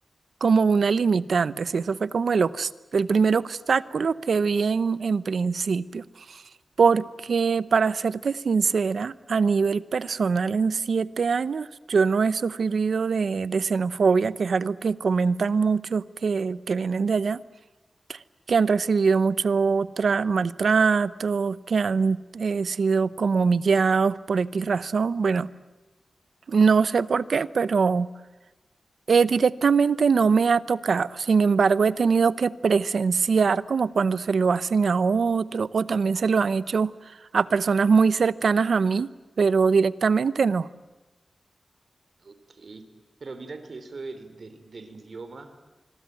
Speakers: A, on the right; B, on the right.
A: como una limitante, sí, eso fue como el, obs- el primer obstáculo que vi en, en principio, porque para serte sincera, a nivel personal en siete años yo no he sufrido de, de xenofobia, que es algo que comentan muchos que, que vienen de allá, que han recibido mucho tra- maltrato, que han eh, sido como humillados por X razón, bueno, no sé por qué, pero... Eh, directamente no me ha tocado, sin embargo he tenido que presenciar como cuando se lo hacen a otro o también se lo han hecho a personas muy cercanas a mí, pero directamente no.
B: Ok, pero mira que eso del, del, del idioma.